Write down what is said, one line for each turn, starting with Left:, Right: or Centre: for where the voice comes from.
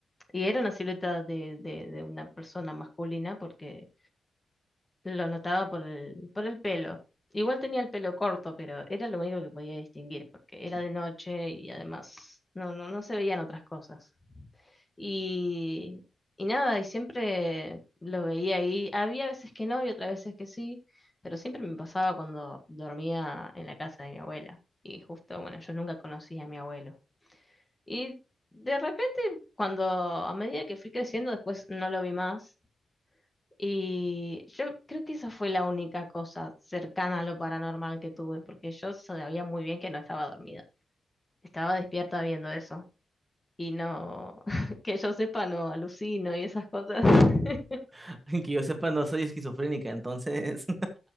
Left: Y era una silueta de, de, de una persona masculina porque lo notaba por el, por el pelo. Igual tenía el pelo corto, pero era lo único que podía distinguir porque era de noche y además no, no, no se veían otras cosas. Y, y nada, y siempre lo veía ahí. Había veces que no y otras veces que sí, pero siempre me pasaba cuando dormía en la casa de mi abuela. Y justo, bueno, yo nunca conocí a mi abuelo. Y de repente, cuando a medida que fui creciendo, después no lo vi más. Y yo creo que esa fue la única cosa cercana a lo paranormal que tuve, porque yo sabía muy bien que no estaba dormida. Estaba despierta viendo eso y no, <laughs> que yo sepa, no alucino y esas cosas. <laughs>
Right: <laughs> Que yo sepa, no soy esquizofrénica, entonces...